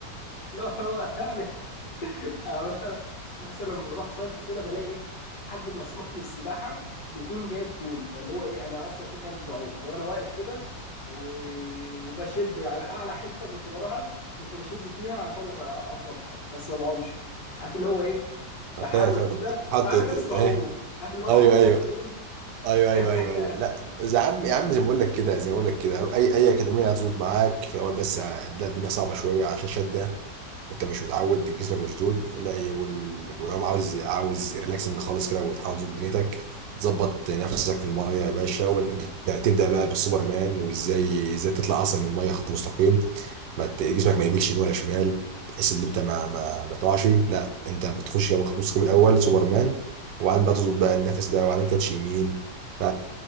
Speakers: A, on the left; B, on the right.
A: اللي هو <laughs> يعني أنا مثلا مثلا لما بروح اصيف وكده بلاقي ايه الحد المسموح للسباحه بيكون جايب طولي فاللي هو ايه انا اصلا كده كده مش بعوم لو انا واقف كده و... وبشب على اعلى حته كنت بروحها كنت بشب فيها عشان ابقى اطول حاجه بس ما بعومش عارف اللي هو ايه بحاول
B: <laughs> فاهم فاهم بتحط
A: كده بعمل
B: ايه
A: نفسي بعوم عارف اللي هو
B: ايوه
A: عم المصريين
B: ايوه ايوه
A: <laughs>
B: ايوه ايوه ايوه لا يا عم يا عم زي ما بقول لك كده زي ما بقول لك كده اي اي اكاديميه هتظبط معاك في اول بس هتلاقي الدنيا صعبه شويه عشان شده انت مش متعود جسمك مشدود لا إيه، وال- ولو عاوز عاوز ريلاكسنج خالص كده وتحاول تظبط دنيتك تظبط نفسك في المايه يا باشا وبعدين تبدا بقى بالسوبرمان وازاي ازاي تطلع اصلا من المايه خط مستقيم ما ت- جسمك ما يميلش يمين ولا شمال بحيث ان انت ما ما ما تقعش لا انت بتخش يا واخد نص كم الاول سوبرمان وبعدين بقى تظبط بقى النفس ده وبعدين كاتش يمين ف